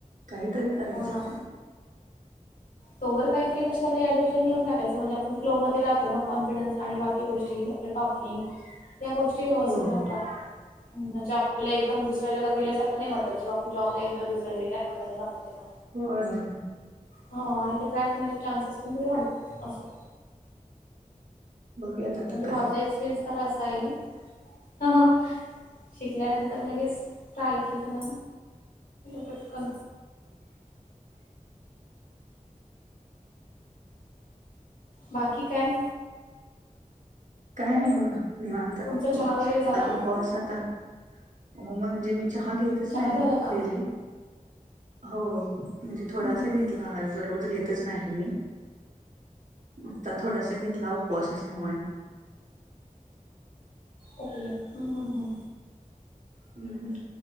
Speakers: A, on the right; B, on the left.
A: काहीतरी करायचं.
B: हो ना. तोवर काहीतरी कशला तरी ऍडमिशन नेऊन टाकायचंणजे आपण फ <unintelligible> मध्ये राहो ना कॉनफिन्स बाकी गोष्टी. टॉकिंग या गोष्टी व्यवस्थित
A: हो हो
B: राहतात. म्हणजे आपल्याला एकदम दुसऱ्या जगात गेल्यासारख नाही वाटत जेव्हा आपण जॉबला इंटरव्ह्यज वगैरे का करायला जातो ते ना.
A: हो यहो य.
B: हो आणि ते क्रॅक होण्याचे चान्सेस पण थोडे वाढतात असं.
A: बघूयात आता
B: म्हणजे
A: काय
B: माझा एक्सपिरियन्स तर असा आहे. शिकल्यानंतर लगेच ट्राय केलं पटकन. बाकी काय?
A: काय नाही बघा निवांत
B: तुमचा चहा वगैरे झाला
A: आज उपवास होता. हो मग म्हणजे मी चहा घेतच
B: चहा
A: नाही
B: झाला का
A: डेली हो. म्हणजे
B: हम्म
A: थोडासा
B: हम्म
A: घेतला
B: हम्म
A: ज रोज घेत नाही मी आता थोडासा घेतला उपवास असल्यामुळे.
B: हम हम हम.
A: हम्म.